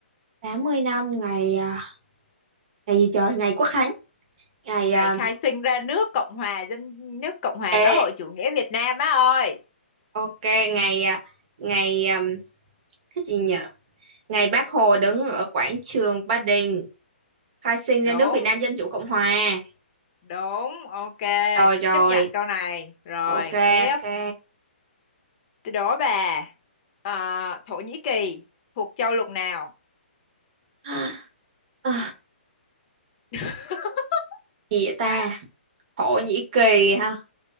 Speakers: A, on the right; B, on the left.
A: tám mươi năm ngày à, ngày gì trời ngày Quốc Khánh ngày
B: Ngày
A: à,
B: khai sinh ra nước Cộng hòa dân nước Cộng hòa
A: ê
B: xã hội chủ nghĩa Việt Nam á ơi.
A: ok ngày à, ngày à, cái gì nhở ngày Bác Hồ đứng ở quảng trường Ba Đình khai sinh
B: Đúng.
A: ra nước Việt Nam Dân Chủ Cộng Hòa
B: đúng ok
A: rồi rồi
B: chấp nhận câu này rồi
A: ok
B: tiếp
A: ok
B: tôi đố bà à, Thổ Nhĩ Kỳ thuộc châu lục nào
A: <gasps> <sighs> à,
B: <laughs>
A: gì vậy ta khổ nhĩ kỳ ha